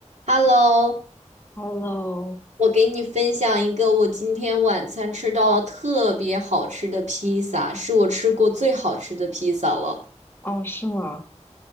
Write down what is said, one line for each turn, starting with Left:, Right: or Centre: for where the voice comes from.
Right: Hello，
Left: Hello，
Right: 我给你分享一个我今天晚餐吃到了特别好吃的披萨，是我吃过最好吃的披萨了。
Left: 哦，是吗？